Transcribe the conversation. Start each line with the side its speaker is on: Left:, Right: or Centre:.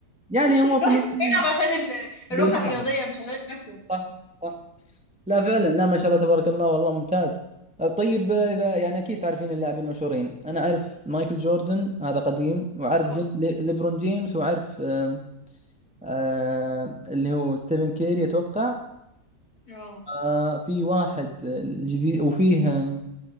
Centre: يعني
Left: <laughs>
Centre: هو في
Left: الواحد
Centre: النهاية
Left: كان بيلعب عشان ال-
Centre: بالمتعة
Left: الروح الرياضية مش عشان المكسب
Centre: صح صح لا فعلا لا ما شاء الله تبارك الله والله ممتاز طيب اذا يعني اكيد تعرفين اللاعبين المشهورين انا اعرف مايكل جوردن هذا قديم واعرف
Left: طبعا
Centre: جي... لي- ليبرون جيمس واعرف آم، آه اللي هو ستيفن كيري اتوقع
Left: اه
Centre: آه في واحد جديد وفيه آم،